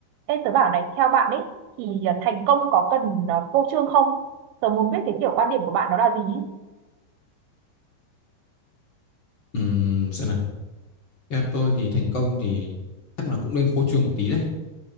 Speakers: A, on the right; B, on the left.
A: Ê, tớ bảo này, theo bạn ấy thì à, thành công có cần ờ, phô trương không? Tớ muốn biết cái kiểu quan điểm của bạn nó là gì? ý.
B: Ừm, xem nào theo tôi thì thành công thì chắc là cũng nên phô trương một tí đấy